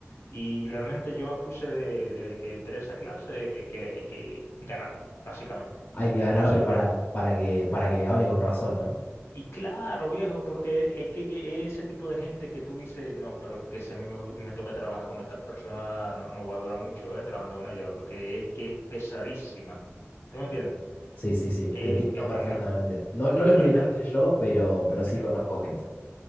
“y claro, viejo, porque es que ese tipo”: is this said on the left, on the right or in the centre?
Left